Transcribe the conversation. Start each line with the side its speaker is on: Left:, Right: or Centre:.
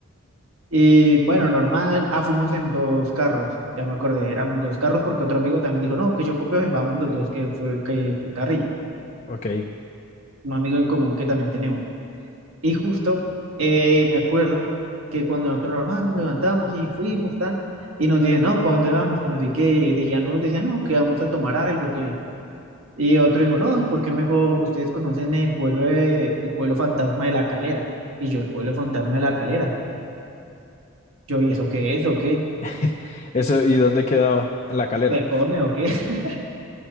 Right: Y bueno, normal, ah, fuimos en dos carros, ya me acordé, éramos dos carros porque otro amigo también dijo, no, que yo copio y vamos los dos, que fue, que fue Carrillo,
Left: Ok.
Right: un amigo en común que también tenemos. Y justo eh, me acuerdo que cuando nosotros normal nos levantamos y fuimos, tan, y nos dicen, no, ¿para dónde vamos? Que no sé qué. Y Decían, unos decían, no, que vamos a tomar algo. que Y otro dijo, no, ¿y por qué mejor ustedes conocen el pueblo, de- el pueblo fantasma de la calera? Y yo, el pueblo fantasma de la calera. Yo, ¿y eso qué es o qué?
Left: <laughs> Eso, ¿y dónde quedaba? En la calera.
Right: ¿Se come o qué? <laughs>